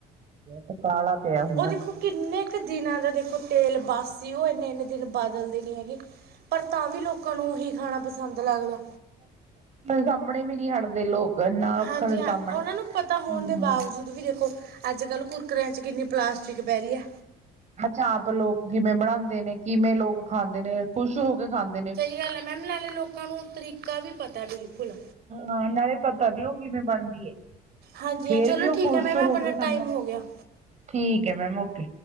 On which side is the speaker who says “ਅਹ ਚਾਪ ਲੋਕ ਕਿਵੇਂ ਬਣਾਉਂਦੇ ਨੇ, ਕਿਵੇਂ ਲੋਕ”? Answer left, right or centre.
Right